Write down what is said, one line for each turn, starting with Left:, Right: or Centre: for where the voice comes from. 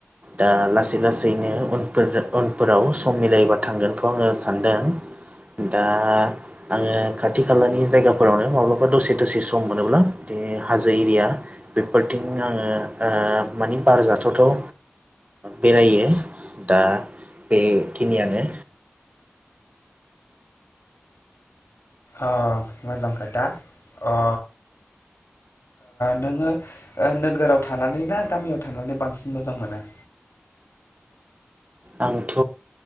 Right: दा लासै लासैनो उनफोर उनफोराव सम मिलायबा थांगोनखौ आङो सानदों दा आङो खाथि खालानि जायगाफोरावनो माब्लाबा दसे दसे सम मोनोब्ला हाजो एरिया बेफोरथिं आङो मानि बारजाथावथाव बेरायो दा बेखिनियानो
Left: अ मोजां खोथा अ नोङो नोगोराव थानानै ना गामियाव थानानै बांसिन मोजां मोनो
Right: आंथ'